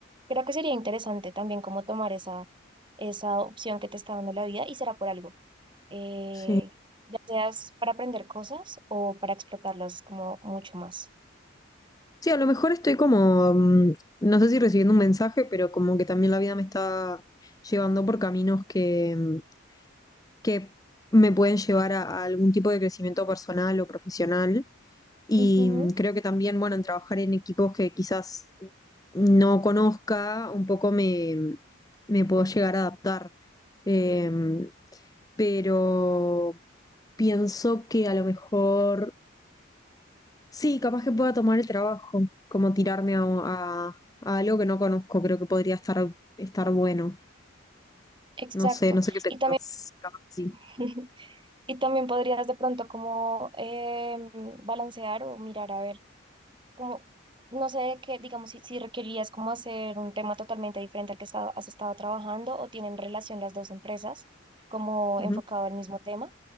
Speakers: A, on the right; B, on the left.
A: creo que sería interesante también como tomar esa, esa opción que te está dando la vida y será por algo. Eh,
B: Sí.
A: ya seas para aprender cosas o para explotarlas como mucho más.
B: Sí, a lo mejor estoy como, mm, no sé si recibiendo un mensaje, pero como que también la vida me está llevando por caminos que, mm, que me pueden llevar a, a algún tipo de crecimiento personal o profesional. Y
A: Ujú,
B: mm, creo que también, bueno, en trabajar en equipos que quizás no conozca, un poco me, mm, me puedo llegar a adaptar. Eh, pero pienso que a lo mejor, sí, capaz que pueda tomar el trabajo, como tirarme a, a- a algo que no conozco, creo que podría estar, estar bueno.
A: exacto.
B: No sé, no sé qué pensás,
A: Y también...
B: capaz sí.
A: <laughs> Y también podrías de pronto como em, balancear o mirar a ver, como, no sé qué, digamos, si, si requerías como hacer un tema totalmente diferente al que estado- has estado trabajando o tienen relación las dos empresas como
B: Ujú.
A: enfocado al mismo tema